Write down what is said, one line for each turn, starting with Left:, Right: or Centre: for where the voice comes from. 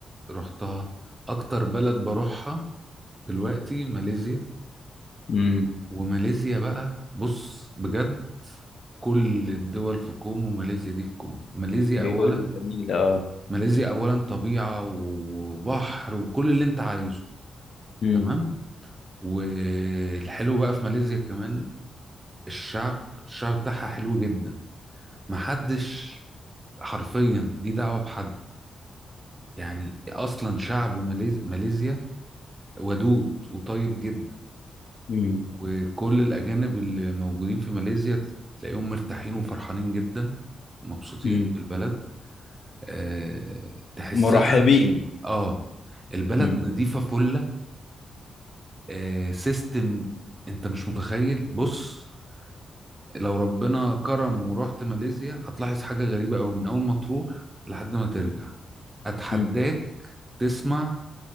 Right: رحتها اكتر بلد بروحها دلوقتي ماليزيا
Left: امم
Right: وماليزيا بقى بص بجد كل الدول في كوم وماليزيا دي في كوم ماليزيا
Left: بيقولوا
Right: اولا
Left: جميل اه
Right: ماليزيا اولا طبيعة وبحر وكل اللي انت عايزه
Left: امم
Right: تمام والحلو بقى في ماليزيا كمان الشعب الشعب بتاعها حلو جدا محدش حرفيا دي دعوة بحد يعني اصلا شعب ماليز... ماليزيا ودود وطيب جدا
Left: امم
Right: وكل الأجانب اللي موجودين في ماليزيا تلاقيهم مرتاحين وفرحانين جدا مبسوطين
Left: امم
Right: بالبلد أه تحسها
Left: مرحبين
Right: اه البلد
Left: امم
Right: نظيفة فلة أه سيستم انت مش متخيل بص لو ربنا كرم ورحت ماليزيا هتلاحظ حاجة غريبة أوي من أول ما تروح لحد ما ترجع أتحداك
Left: امم
Right: تسمع